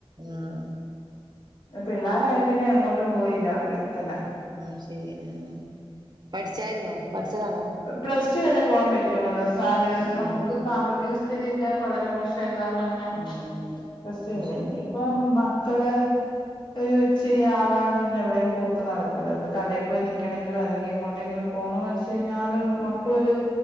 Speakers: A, on the right; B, on the left.
A: ആഹ്
B: പിള്ളാരായേ പിന്നെ എങ്ങോട്ടും പോയില്ല വീട്ടിൽ തന്നെ
A: ആ ശരി ആ പഠിച്ചായിരുന്നോ പഠിച്ചതാണോ
B: പ്ലസ്ടു വരെ പോകാൻ പറ്റിയൊള്ളല്ലോ. സാഹചര്യ
A: ആഹ്
B: നമുക്ക് സാമ്പത്തിക സ്ഥിതിയൊക്കെ വളരെ മോശ് ചിലര് കാരണം ഇങ്ങനെ
A: ആഹ് ആഹ്
B: റെ സ്റ്റല്ലേ
A: അത് ശരി
B: ഇനി ഇപ്പൊ മക്കള് ഒരു ഇച്ചിരി ആവാണ്ടെന്നും എവിടെയും പോക്ക് നടക്കൂല ഒന്ന് കടയിൽ പോയി നൽക്കണെങ്കിലും അല്ലെങ്കിൽ എങ്ങോട്ടെങ്കിലും പോണംന്ന് വെച്ച് കഴിഞ്ഞാലും മക്കളൊരു